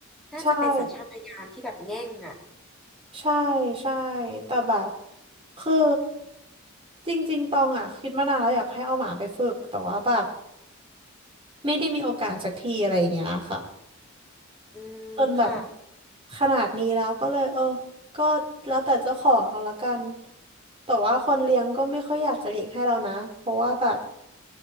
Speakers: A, in the centre; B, on the right.
A: น่าจะเป็นสัญชาตญาณที่แบบแง่งอ่ะ
B: ใช่ ใช่ใช่แต่แบบคือจริงๆตองอ่ะคิดมานานแล้วอยากให้เอาหมาไปฝึกแต่ว่าแบบไม่ได้มีโอกาสสักทีอะไรอย่างเงี้ยค่ะ
A: อืมค่ะ
B: จนแบบขนาดนี้แล้วก็เลยเออก็แล้วแต่เจ้าของเขาละกันแต่ว่าคนเลี้ยงก็ไม่ค่อยอยากจะเลี้ยงให้เรานะเพราะว่าแบบ